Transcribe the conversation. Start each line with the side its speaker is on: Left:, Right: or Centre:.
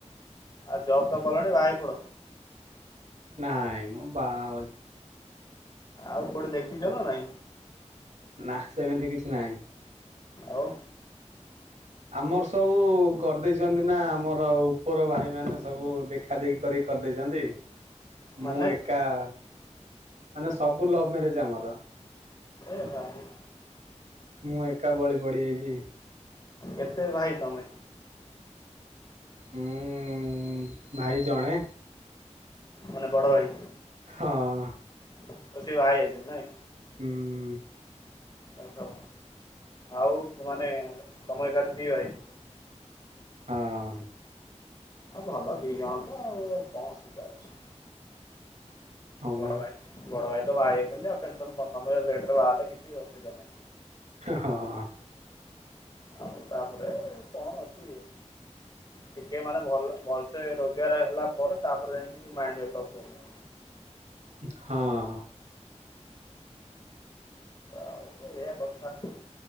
Left: ଆ ଜବ ତ କଲଣି ବାହା ହେଇ ପଡ଼।
Right: ନାଇଁ ମ ବା ହୋଉଚି।
Left: ଆଉ କୋଉଠି ଦେଖିଚ ନା ନାଇଁ?
Right: ନା ସେମିତି କିଛି ନାଇଁ।
Left: ଆଉ
Right: ଆମର ସବୁ କରିଦେଇଛନ୍ତି ନା ଆମର ଉପର ଭାଇ ମାନେ ସବୁ ଦେ ଖା ଦେଖି କରି କରିଦେଇଚନ୍ତି।
Left: ମାନେ
Right: ମୁଁ ଏକା ମାନେ ସବୁ ଲଭ ମ୍ୟାରେଜ ଆମର।
Left: ଏ ଭାଇ।
Right: ମୁଁ ଏକା ବଳି ପଡ଼ିଯାଇଚି।
Left: କେତେ ଭାଇ ତମେ?
Right: ମୁଁ ଭାଇ ଜଣେ।
Left: ମାନେ ବଡ଼ ଭାଇ?
Right: ହଁ।
Left: ଓ ସିଏ ବାଆ ହେଇଯାଇଛନ୍ତି ନାଇଁ।
Right: ହୁଁ।
Left: ଆଉ ତ ଆଉ ମାନେ ତମଇ ଖାଲି ଦି ଭାଇ?
Right: ହଁ।
Left: ହ ଭଲ ଦି ଜଣ ତ ଆଉ କଣ ଅସୁବିଧା ଅଛି?
Right: ହଁ
Left: ବଡ଼
Right: ବା
Left: ଭାଇ ବଡ଼ ଭାଇ ତ ବାହା ହେଇଛନ୍ତି ଆଉ ଟେନସନ୍ କ ତମେ ଲେଟ୍ରେ ବାହା ହେଲେ କିଛି ଅସୁବିଧା ନାଇଁ।
Right: ହଁ।
Left: ଆଉ ତାପରେ କଣ ଅଛି? ଟିକେ ମାନେ ଭଲ ଭଲସେ ରୋଜଗାର ହେଲା ପରେ ତାପରେ ଯାଇଙ୍କି ମାଇଣ୍ଡ ମେକପ କରିବ।
Right: ହଁ।
Left: ଆଉ ଏୟା କଥା।